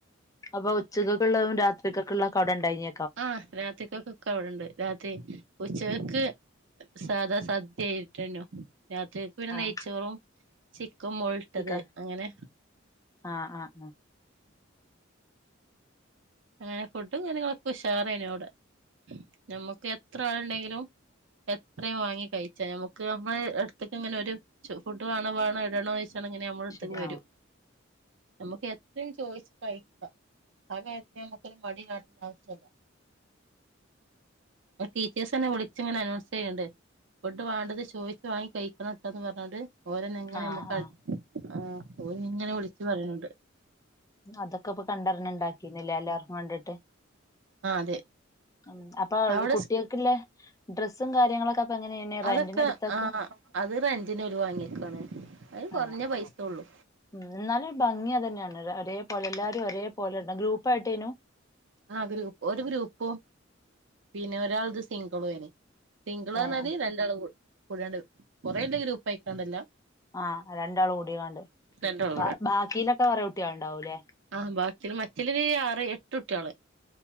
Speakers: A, on the left; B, on the right.
A: അപ്പൊ ഉച്ചക്കൊക്കുള്ളതും രാത്രികൊക്കുള്ളതകട ഉണ്ടഞ്ഞ
B: ആഹ് രാത്രിക്കൊക്ക് അവിടെണ്ട് രാത്രി ഉച്ചകക്ക് സാദാ സദ്യ ആയിട്ടന്നോ രാത്രിക്ക് പിന്നെ
A: ആഹ്
B: നെയ്ച്ചോറും ചിക്കും മുൾ വിട്ടത്
A: ഇക്ക
B: അങ്ങനെ
A: ആഹ് ആഹ് ആഹ്
B: ഏഹ് ഫുഡും കാര്യങ്ങളൊക്കെ ഉഷാറേയ്നി അവ്ടെ ഞമ്മക്ക് എത്ര ആള്ണ്ടെങ്കിലും എത്രിം വാങ്ങി കഴിച്ചാ നമുക്ക് നമ്മള് എട്ത്ത്ക്ക് ഇങ്ങനെ ഓര് ചൊ ഫുഡ് വാണോ വാണോ ഇടണോന്നോ യ്ച്ച്ങ്ങാണ്ട് ഇങ്ങനെ ഞമ്മളെ എട്ത്ത്ക്ക്
A: ശരി
B: വരും
A: ആഹ്
B: ഞമ്മക്ക് എ ത്രിം ചോയിച്ച് കഴിക്കാ ആ കാര്യത്തില് ഞമ്മക്കൊര് മടി കാട്ടെണ്ട ആവശ്യല്ല ടീച്ചേഴ്സെന്നെ വുളിച്ചിങ്ങനെ അനൗൺസ് ചെയ്യ്ണ് ണ്ട് ഫുഡ് വാണ്ടത് ചോയിച്ച് വാങ്ങി കഴിക്കണംട്ടോന്ന് പർഞ്ഞാണ്ട് ഓരെന്ന ഇങ്ങനെ
A: ആഹ്
B: ഞമ്മക്കത്
A: ആഹ്
B: ആഹ് ഓര് ഇങ്ങനെ വിളിച്ച് പറയുന്നുണ്ട്.
A: അതൊക്കെപ്പൊ കണ്ടറിഞ്ഞ് ഇണ്ടാക്കെന്നെല്ലേ എല്ലാർക്കും വാണ്ടിട്ട്.
B: ആഹ് അതെ.
A: ഉം. അപ്പ അത്‌
B: അവിടെ
A: കുട്ടികക്ക്ള്ളേ ഡ്രസ്സും കാര്യങ്ങളൊക്കെ അപ്പ എങ്ങനേയ്നി
B: അതൊക്കെ
A: റെന്റിന് ഇട്ത്തെക്കാ
B: ആ അത് റെന്റിന് ഓര് വാങ്ങിക്കേണ് അത് കൊറഞ്ഞ
A: ഏഹ്
B: പൈസ്യൊള്ളൂ.
A: ഉം ന്നാലും ഒരു ഭംഗി അതെന്നെയാണ് ഒരേ പോലെ എല്ലാരും ഒരേപോലെ ഇടണം ഗ്രൂപ്പായിട്ടേയ്നു
B: ആഹ് ഗ്രൂപ്പ് ഒരു ഗ്രൂപ്പും പിന്നെ ഒരാൾത് സിംഗ്ളും ഏയ്നി സിംഗ്ള് പർഞ്ഞാല്
A: ഏഹ്
B: രണ്ടാള് കൂ കൂടിയാണ്ട് കൊറെഇല്ല ഗ്രൂപ്പായിക്കാണ്ടല്ല.
A: ആഹ് രണ്ടാള് കൂടികാണ്ട്
B: രണ്ടാള്
A: ബാ ബാക്കിലൊക്കെ കൊറേ കുട്ട്യാള് ഇണ്ടാവുല്ലേ.
B: ആഹ് ബാക്കി മറ്റീലൊര് ആറ് എട്ട് കുട്ട്യാള്.